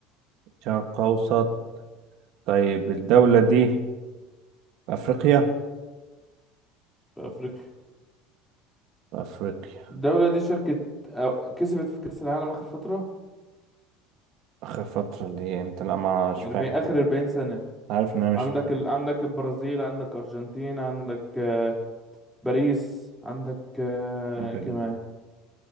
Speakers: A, on the right (about 60°); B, in the centre.
A: شرق أوسط طيب الدولة دي في أفريقيا
B: في أفريقيا
A: في أفريقيا
B: الدولة دي شركة أو- كسبت في كأس العالم آخر فترة
A: آخر فترة اللي هي إمتى لا مش
B: 40
A: فاكر
B: آخر 40 سنة
A: عارف إن أنا
B: عندك
A: مش متابع
B: ال... عندك البرازيل عندك ارجنتين عندك آه، باريس عندك آه،
A: إيه باريس
B: إيه كمان